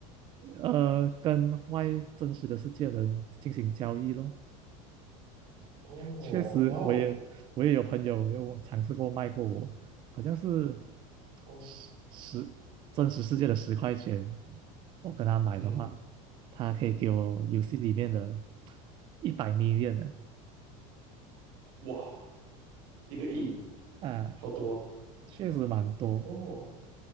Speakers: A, on the right (about 30°); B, on the right (about 60°).
A: 呃，跟外真实的世界的人进行交易咯。
B: 哦，
A: 确实，
B: 哇哦，
A: 我也我也有朋友有尝试过卖过我，好像是
B: 哦，
A: 十十真实世界的十块钱，我跟他买的话，
B: 嗯，
A: 他可以给我游戏里面的一百 m i l 呢，
B: 哇，一个亿，
A: 啊，
B: 好多
A: 确实蛮多。
B: 哦